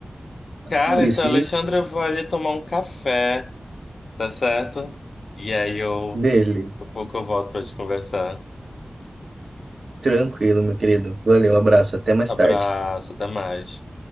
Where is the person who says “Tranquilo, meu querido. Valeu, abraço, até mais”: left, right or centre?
Right